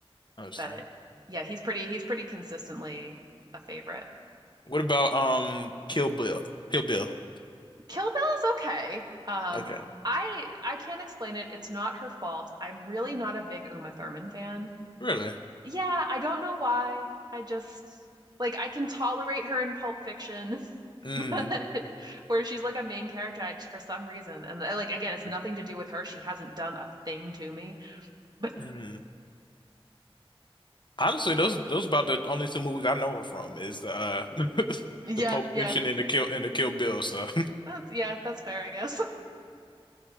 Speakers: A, on the left; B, on the right.
A: I understand.
B: but yeah, he's pretty he's pretty consistently a favorite.
A: What about um Kill Bill? Kill Bill.
B: Kill Bill is okay. Um,
A: Okay.
B: I I can't explain it. It's not her fault. I'm really not a big Uma Thurman fan.
A: Really?
B: Yeah, I don't know why. I just like I can tolerate her in Pulp Fiction, <laughs>
A: Mm.
B: but where she's like a main character, I just for some reason, and uh, like again, it's nothing
A: Okay.
B: to do with her. She hasn't done a thing to me. But
A: Mm. Honestly, those those about the only two movies I know her from is the uh <laughs>
B: yeah,
A: the Pulp
B: yeah,
A: Fiction and the Kill and the Kill Bill. So
B: that's yeah, that's fair, I guess. <laughs>